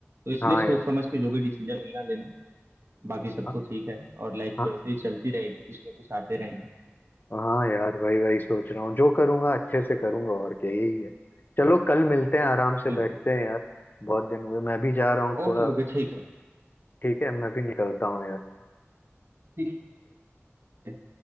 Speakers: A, on the right; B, on the left.
A: तो इसलिए
B: हाँ
A: सोच
B: यार
A: समझ के जो भी डिसीजन लेना लेना बाकी सब
B: हाँ
A: तो ठीक है और लाइफ
B: हाँ
A: तो ऐसे ही चलती रहेगी कुछ ना कुछ आते रहेंगे
B: हाँ यार वही वही सोच रहा हूँ जो करूँगा अच्छे से करूँगा और क्या यही है चलो कल मिलते हैं आराम से
A: बिल्कुल
B: बैठते हैं यार बहुत दिन हुए मैं भी जा रहा हूँ
A: Okay
B: थोड़ा
A: okay ठीक है
B: ठीक है मैं भी निकलता हूँ यार
A: ठीक है